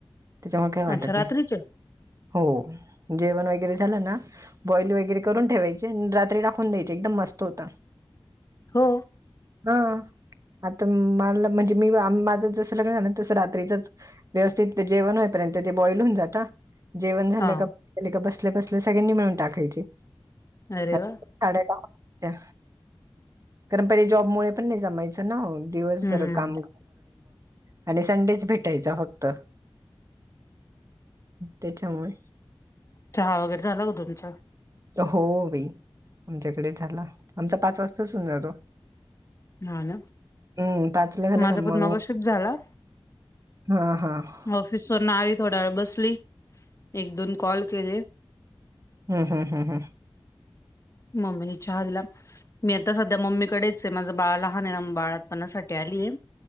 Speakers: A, on the right (about 35°); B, on the left (about 35°).
A: त्याच्यामुळ काही वाटत
B: अच्छा रात्रीचे
A: नही. हो जेवण वगैरे झालं ना, बॉईल वगैरे करून ठेवायचे, अन् रात्री टाकून <unintelligible> ते एकदम मस्त होता.
B: हो.
A: हं. आता मी मला, म्हणजे मी, माझं जसं लग्न झालं, तस रात्रीचच व्यवस्थित ते जेवण होईपर्यंत, ते बॉईल होऊन जाता, जेवण झालं
B: हा
A: का ले का, बसल्या- बसल्या सगळ्यांनी, मिळून टाकायचे.
B: अरे
A: साड्या
B: वा!
A: टाकायच्या कारण, पहिले जॉब मुळे पण, नही जमायचं ना, दिवसभर
B: हम्म
A: काम <unintelligible> मग मला संडेच, भेटायचा फक्त. त्याच्यामुळ
B: चहा वगैरे, झाला का तुमचा?
A: हो बाई, आमच्याकडे झाला, आमचा पाच वाजताच, होऊन जातो.
B: हा ना
A: हम्म, पाचला झाला
B: माझा
A: का,
B: पण
A: मंग
B: मगाशीच झाला
A: हं हं.
B: ऑफिस वरन आली, थोडा वेळ बसली, एक-दोन कॉल केले.
A: हम्म हम्म हम्म्म.
B: मम्मीनी चहा दिला. मी आता सध्या मम्मीकडेच ये, माझं बाळ लहान ये ना, बाळातंपणासाठी आली ये.